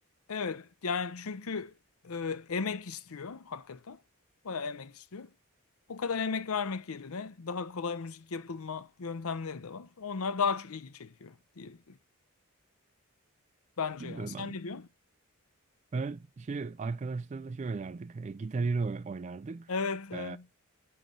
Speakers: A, on the left; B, on the right.
A: Evet yani çünkü e, emek istiyor hakikaten. Bayağı emek istiyor. O kadar emek vermek yerine daha kolay müzik yapılma yöntemleri de var. Onlar daha çok ilgi çekiyor diyebilirim. Bence
B: Bilmiyorum
A: yani. Sen
B: abi.
A: ne diyorsun?
B: Ben şey arkadaşlarla şey oynardık. E, Guitar Hero oy- oynardık.
A: Evet, evet.
B: E,